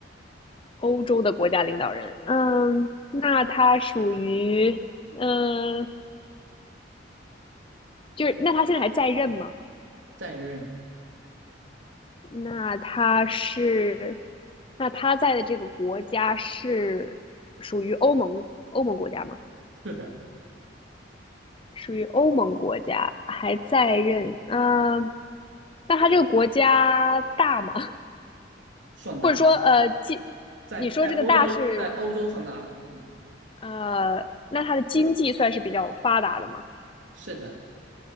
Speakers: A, on the left; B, on the right.
A: 欧洲的国家领导人，嗯，那他属于嗯、呃就是那他现在还在任吗？
B: 在任，
A: 那他是，那他在的这个国家是属于欧盟欧盟国家吗？
B: 是的，
A: 属于欧盟国家，还在任。嗯、那他这个国家大吗？<laughs>
B: 算大了，
A: 或者说，呃，经，
B: 在在欧洲，
A: 你说这个大是，
B: 在欧洲算大了，嗯，
A: 呃，那他的经济算是比较发达的吗？
B: 是的，